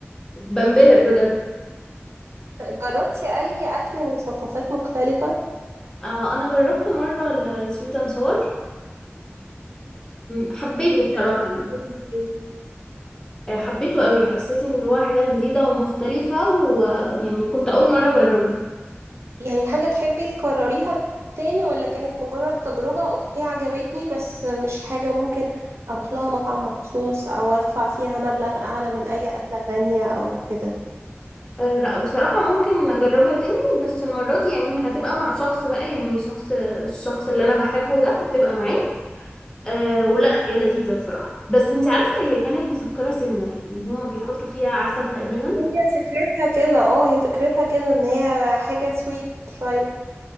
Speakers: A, on the left; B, on the right.
A: بنبهر بجد
B: جربتي أي أكل من ثقافات مختلفة؟
A: آه أنا جربت مرة السويت أند ساور حبيته
B: شفتك
A: بصراحة
B: كانت
A: يعني
B: عاملة ازاي؟
A: آه، حبيته أوي حسيت إن هو حاجة جديدة ومختلفة ويعني كنت أول مرة أجربه
B: يعني حاجة تحبي تكرريها تاني ولا كانت مجرد تجربة اوكي عجبتني بس مش حاجة ممكن اروح لها مطعم مخصوص او ادفع فيها مبلغ اعلى من اي اكلة تانية او كده
A: آه لا بصراحة ممكن أجربها تاني بس المرة دي يعني ما هتبقى مع شخص بقى يعني شخص الشخص اللي أنا بحبه ده هتبقى معاه أه ولا
B: م.
A: هي لذيذة بصراحة بس انت عارفة هي كانت مسكرة سنة يعني هما بيحطوا فيها عسل تقريبا
B: هي فكرتها كده اه هي فكرتها كده ان هي حاجة سويت شوية <laughs>